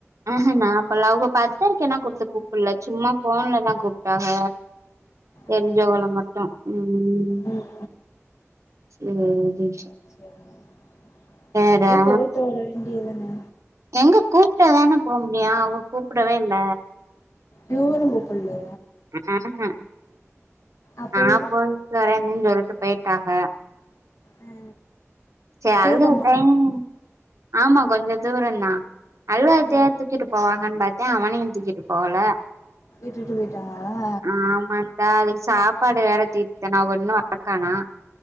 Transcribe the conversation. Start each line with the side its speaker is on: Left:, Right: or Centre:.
Right: ஆ க நா போல அவங்க பத்திரிகைல குடுத்து கூப்பிடல சும்மா போன்லதா கூப்பிட்டாங்க தெரிஞ்சவங்கள
Left: ம்
Right: மட்டு ம்
Left: ம்
Right: சேரி
Left: சேரி சிஸ்
Right: வேற
Left: அப்டியோ போயிட்டு வர வேண்டியது தானே
Right: எங்க கூப்பிடதானே போக முடியு அவங்க கூப்பிடவே இல்ல
Left: இவங்களு கூப்பலையா
Right: ஆகா
Left: அப்ப
Right: நா
Left: விடு
Right: போயிட்டு வரேன்னன்னு சொல்லிட்டு போயிட்டாங்க
Left: ஆ
Right: சேரி
Left: தூரமா
Right: <unintelligible> ஆமா கொஞ்சோ தூர தா அல்வாத்தா
Left: ஆ
Right: தூக்கிட்டு போவாங்கன்னு பாத்தே அவனையு தூக்கிட்டு போகல
Left: விட்டுட்டு போயிட்டாங்களா
Right: ஆமா சாப்ப ப்பாடு வேற தீட்டேன அவங்க இன்னு வாரக்கானா